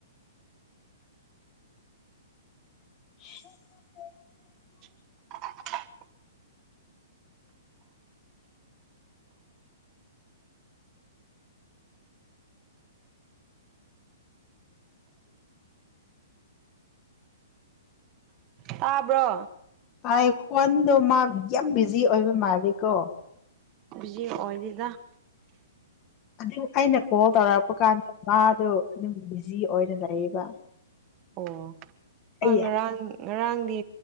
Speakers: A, on the left; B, on the right.
A: <inaudible>
B: <inaudible> ꯇꯥꯕ꯭ꯔꯣ
A: ꯇꯥꯏ ꯈ꯭ꯋꯥꯟꯗꯣ ꯃꯥ ꯌꯥꯝ ꯕꯤꯖ ꯖꯤ ꯑꯣꯏꯕ ꯃꯥꯂꯤ ꯀꯣ
B: ꯕꯤꯖꯤ ꯑꯣꯏꯗꯤꯗ
A: ꯑꯗꯨ ꯑꯩꯅ ꯀꯣꯜ ꯇꯧꯔꯛꯄ ꯀꯥꯟꯗ ꯃꯥꯗꯣ ꯑꯗꯨꯝ ꯕꯤꯖꯤ ꯑꯣꯏꯅ ꯂꯩꯌꯦꯕ
B: ꯑꯣ
A: ꯑꯩ
B: ꯍꯣꯏ ꯉꯔꯥꯡ ꯉꯔꯥꯡꯗꯤ